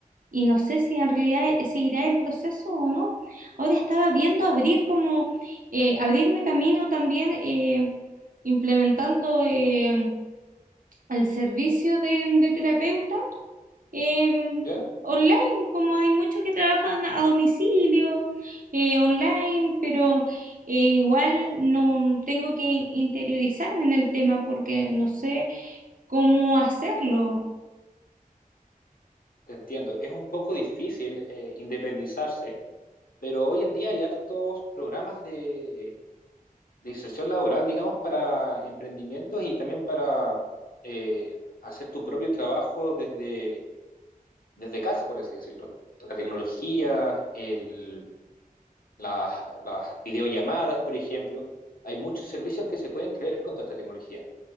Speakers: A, on the right; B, on the left.
A: y no sé si en realidad eh, seguirá el proceso o no. Ahora estaba viendo abrir como, eh, abrirme camino también eh, implementando eh, el servicio de, de terapeuta em,
B: ¿ya?
A: online, como hay muchos que trabajan a domicilio, eh, online, pero eh, igual no tengo que interiorizarme en el tema porque no sé cómo hacerlo.
B: Te entiendo, es un poco difícil eh, independizarse, pero hoy en día hay hartos programas de de inserción laboral, digamos, para emprendimientos y también para eh, hacer tu propio trabajo desde, desde casa, por así decirlo. La tecnología, el, las, las videollamadas, por ejemplo. Hay muchos servicios que se pueden crear con toda esta tecnología.